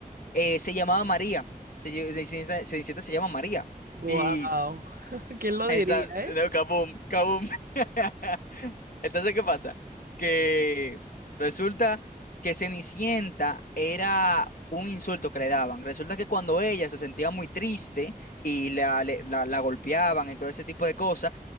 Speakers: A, on the left; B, on the right.
A: eh, se llamaba María. Se, lle- Cenicienta, Cenicienta se llama María.
B: Wow,
A: Y
B: <laughs> ¿quién lo
A: esa,
B: diría,
A: no,
B: eh?
A: kaboom, kaboom. <laughs> Entonces, ¿qué pasa? Que resulta que Cenicienta era un insulto que le daban. Resulta que cuando ella se sentía muy triste y la, le- la, la golpeaban y todo ese tipo de cosas,